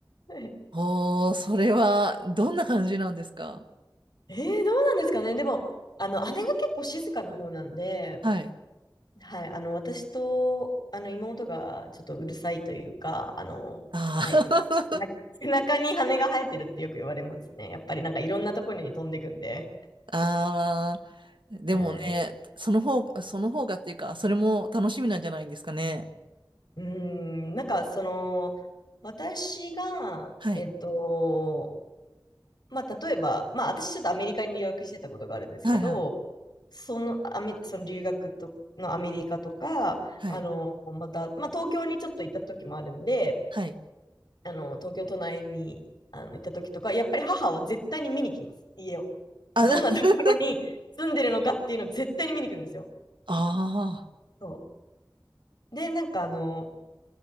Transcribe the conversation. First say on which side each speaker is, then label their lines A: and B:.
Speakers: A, on the left (about 60°); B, on the right (about 80°).
A: <laughs>
B: おー、それは、どんな感じなんですか
A: えー、どうなんですかね。でも、あの、姉が結構静かな方なんで、
B: はい。
A: はい、あの、私と、あの、妹がちょっとうるさいというか、あの、
B: あー
A: はい。な <laughs> 背中に羽が生えてるってよく言われますね。やっぱりなんかいろんなところに飛んでくんで。
B: <laughs> あー、でもね、
A: はい。
B: その方、その方がっていうか、それも楽しみなんじゃないんですかね。
A: うーん、なんかその、私が、
B: はい。
A: えっと、まあ、例えば、まあ、私ちょっとアメリカに留学してたことがあるんですけど、
B: はいはい。
A: その、アメ、その留学と、のアメリカとか、
B: はい。
A: あの、また、まあ、東京にちょっと行った時もあるんで、
B: はい。
A: あの、東京都内にあのいた時とか、やっぱり母は絶対に見に来ます、家を。
B: あ、
A: どんなところに住んでるのかっていうのを絶対に見に来るんですよ。
B: <laughs> あ
A: そう。で、なんかあの、